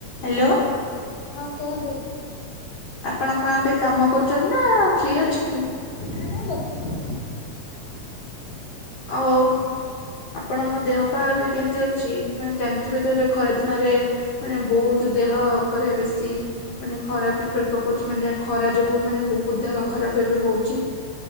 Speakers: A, on the left; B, on the left.
A: Hello.
B: ହଁ କୁହନ୍ତୁ।
A: ଆପଣ କଣ ଏବେ କାମ କରୁଚନ୍ତି ନା ଫ୍ରି ଅଛନ୍ତି?
B: ନା ନା ବସିଚି କୁହ।
A: ଓ ହ ଆପଣଙ୍କ ଦେହ ପା ଏବେ କେମିତି ଅଛି ମାନେ ଜାଣିଥିବେ ତ ଏବେ ଖରା ଦିନରେ ମାନେ ବହୁତ ଦେହ ଉପରେ ବେଶୀ ମାନେ ଖରାପ ଇଫେକ୍ଟ ପକାଉଚି ମାନେ ଖରା ଯୋଗୁ ମାନେ ବହୁତ ଦେହ ଖରାପ ଏବେ ହଉଚି।